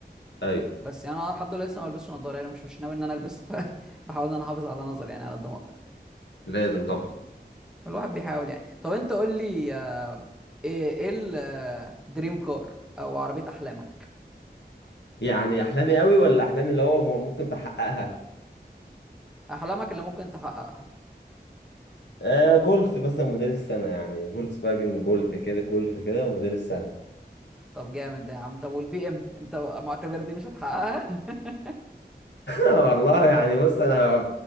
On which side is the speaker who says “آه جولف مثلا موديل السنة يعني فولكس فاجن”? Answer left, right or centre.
Left